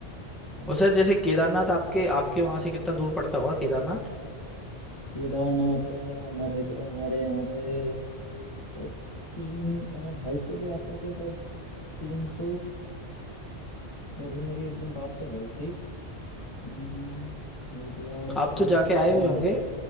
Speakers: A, on the left; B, in the centre.
A: है ना?
B: और सर जैसे केदारनाथ आपके आपके वहां से कितना दूर पड़ता होगा केदारनाथ
A: केदारनाथ तो जरा मान के चलो हमारे यहाँ से शायद तीन अ, ढाई सौ के आसपास या शायद तीन सौ अभी मेरी एक दिन बात तो हो रही थी हम्म, हरिद्वार
B: तो
A: से
B: आप तो जाके
A: केदारनाथ
B: आए हुए होंगे